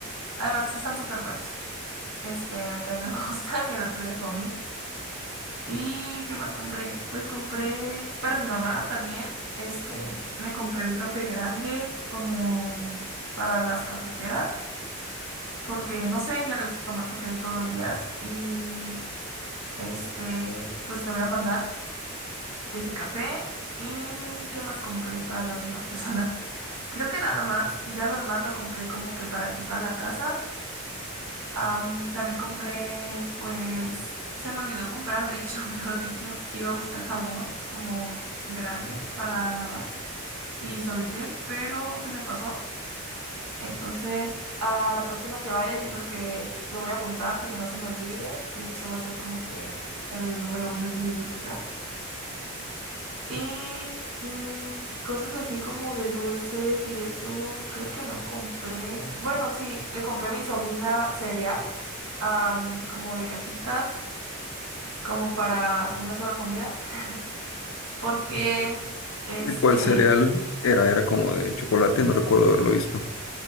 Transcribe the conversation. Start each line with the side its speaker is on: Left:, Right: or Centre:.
Right: Además que están súper buenos. Este, a mí también me <laughs> gustan y el otro día comí. ¿Y qué más compré? Pues compré para mi mamá también, este, le compré un café grande como para las cafeteras, porque no sé, ella le gusta tomar café todos los días y este, pues le voy a mandar ese café. ¿Y qué más compré para las demás personas? <laughs> Creo que nada más, ya lo demás lo compré como que para aquí, para la casa. Am, también compré, pues, se me olvidó comprar, de hecho, <laughs> mejor dicho, iba a buscar jabón como grande para lavar y suavitel, pero se me pasó. Entonces, a la próxima que vaya, yo creo que lo voy a apuntar para que no se me olvide y eso va a ser como que el número uno en mi lista. Y mm, cosas así como de dulces y eso, creo que no compré. Bueno, sí, le compré a mi sobrina cereal, am, como de cajitas, como para una sola comida, <laughs> porque este
Left: ¿Y ¿Cuál cereal era? Era como de chocolate, no recuerdo haberlo visto.